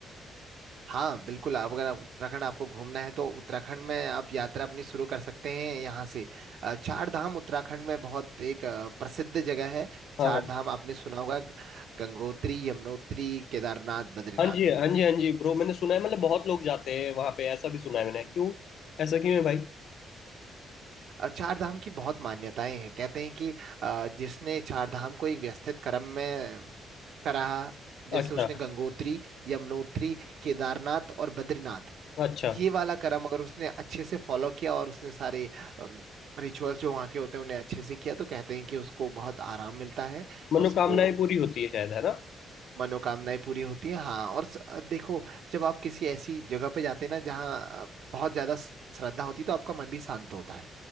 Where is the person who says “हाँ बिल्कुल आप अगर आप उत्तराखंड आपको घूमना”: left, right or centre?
Right